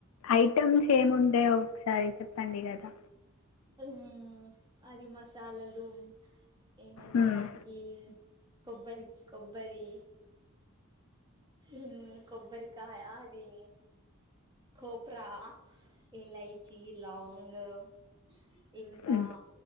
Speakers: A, on the left (about 80°); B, on the right (about 20°).
A: ఐటమ్ ఏముంటయో ఒకసారి చెప్పండి కదా.
B: ఉమ్ అది మసాలలు ఏమంటూ
A: మ్మ్.
B: దానికీ కొబ్బరి కొబ్బరి ఉమ్ కొబ్బరికాయ అది కోప్రా ఇలైచి లవంగం ఇంకా
A: మ్మ్.